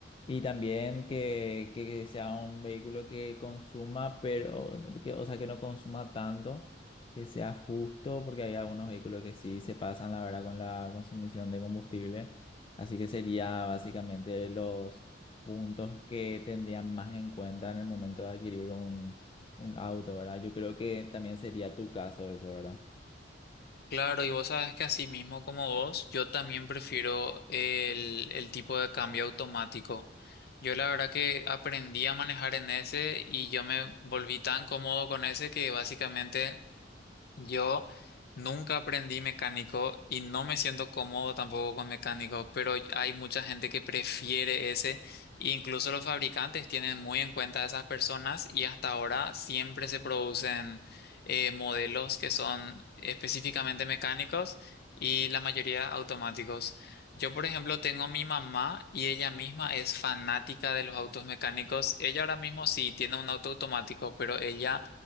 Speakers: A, on the left; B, on the left.
A: Y también que, que sea un vehículo que consuma, pero, que, o sea, que no consuma tanto que sea justo, porque hay algunos vehículos que sí se pasan, la verdad, con la consumición de combustible. Así que sería básicamente los puntos que tendrían más en cuenta en el momento de adquirir un, un auto, ¿verdad? Yo creo que también sería tu caso eso, ¿verdad?
B: Claro, y vos sabes que así mismo como vos, yo también prefiero el, el tipo de cambio automático. Yo la verdad que aprendí a manejar en ese y yo me volví tan cómodo con ese que básicamente yo nunca aprendí mecánico y no me siento cómodo tampoco con mecánico, pero hay mucha gente que prefiere ese. e Incluso los fabricantes tienen muy en cuenta a esas personas y hasta ahora siempre se producen eh, modelos que son específicamente mecánicos y la mayoría automáticos. Yo, por ejemplo, tengo mi mamá y ella misma es fanática de los autos mecánicos. Ella ahora mismo sí tiene un auto automático, pero ella